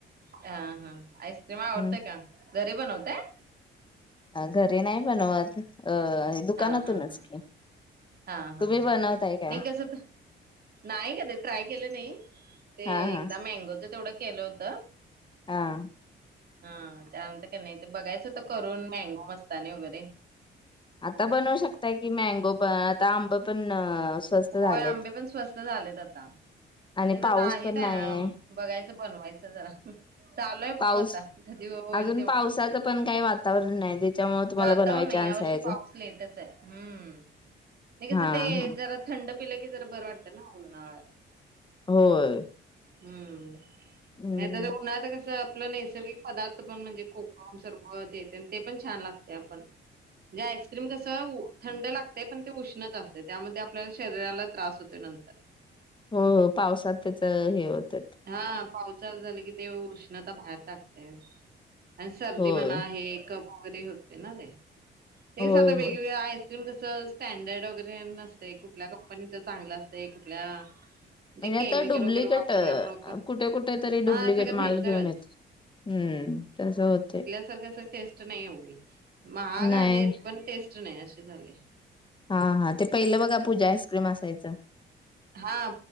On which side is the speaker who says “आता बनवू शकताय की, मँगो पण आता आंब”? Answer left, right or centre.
Left